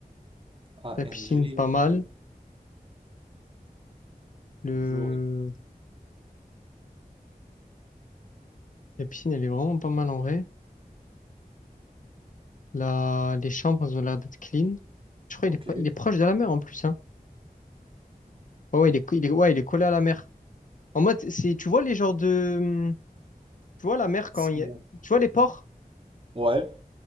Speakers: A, on the right; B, on the left.
A: A
B: La piscine,
A: N G
B: pas mal.
A: hôtel,
B: Le...
A: Vloré.
B: La piscine, elle est vraiment pas mal en vrai. La... Les chambres, elles ont l'air d'être clean. Je crois
A: Ok.
B: qu'il est, pas- il est proche de la mer en plus. Hein. Ouais, ouais, il est, co- il est, ouais, il est collé à la mer. En mode, c'est, tu vois les genres de. Tu vois, la mer,
A: Sinon.
B: quand il y a- Tu vois, les ports,
A: Ouais.